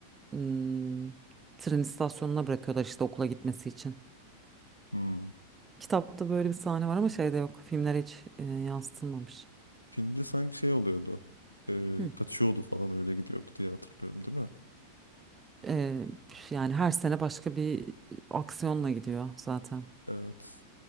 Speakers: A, on the right (about 15°); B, on the left (about 85°).
A: Hmm, tren istasyonuna bırakıyorlar işte okula gitmesi için.
B: Hmm.
A: Kitapta böyle bir sahne var ama şeyde yok. Filmlere hiç eee, yansıtılmamış.
B: Filmde sanki şey oluyordu. E,
A: Hı.
B: kaçıyordu falan öyle gidiyordu diye hatırlıyorum değil mi?
A: Eee, yani her sene başka bir aksiyonla gidiyor zaten.
B: Evet.